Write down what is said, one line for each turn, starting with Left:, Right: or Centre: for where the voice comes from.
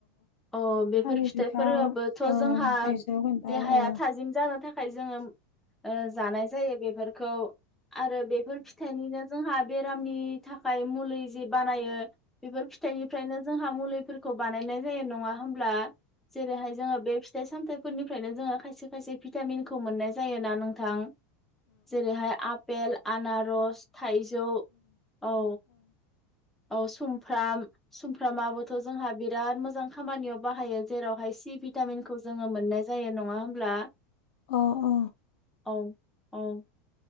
Centre: औ बेफोर
Left: थालिर
Centre: फिथाइफोराबो
Left: बिफां
Centre: थ'
Left: ओं
Centre: जोंहा
Left: थाइजौ खान्थाल
Centre: देहाया
Left: ओं
Centre: थाजिम जानो थाखाय जोङो ओ जानाय जायो बेफोरखौ आरो बेफोर फिथाइनिनो जोंहा बेरामनि थाखाय मुलि जि बानायो बेफोर फिथाइनिफ्रायनो खा मुलिफोरखौ बानायनाय जायो नंङा होमब्ला जेरैहाय जोंङो बे फि फिथाइ सामथाइफोरनिफ्रायनो जोङो खायसे खायसे भिटामिनखौ मोननाय जायोना नोंथां जेरैहाय आपेल आनारस थाइजौ औ औ सुमफ्राम फ्रामाबोथ' जोंहा बिराद मोजां खामानियाव बाहायो जेरावहाय सि भिटामिनखौ जोङो मोननाय जायो नङा होमब्ला
Left: अ अ
Centre: औ औ